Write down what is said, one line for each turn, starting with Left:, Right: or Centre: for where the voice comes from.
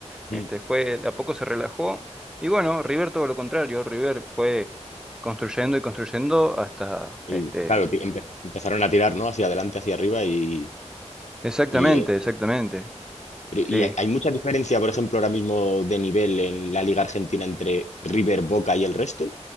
Centre: Este,
Left: Mm.
Centre: fue, a poco se relajó. Y bueno, River todo lo contrario. River fue construyendo y construyendo hasta,
Left: Y
Centre: este,
Left: claro, ti- empe- empezaron a tirar, ¿no? Hacia adelante, hacia arriba y,
Centre: exactamente,
Left: y, eh,
Centre: exactamente.
Left: pero-
Centre: Sí,
Left: y hay, hay mucha diferencia, por ejemplo, ahora mismo de nivel en la Liga Argentina entre River, Boca y el resto.